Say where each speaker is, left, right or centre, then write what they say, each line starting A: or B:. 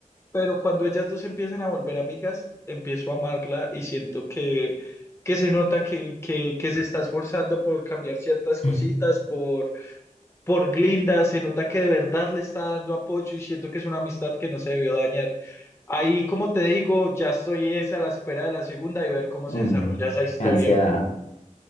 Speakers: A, on the left; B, on the left.
A: pero cuando ellas dos empiezan a volver amigas, empiezo a amarla y siento que, que se nota que, que, que se está esforzando por cambiar ciertas cositas,
B: <clears throat>
A: por, por Glinda, se nota que de verdad le está dando apoyo y siento que es una amistad que no se debió dañar. Ahí, como te digo, ya estoy es a la espera de la segunda y ver cómo se
B: Uy,
A: desarrolla esa historia.
B: qué ansiedad,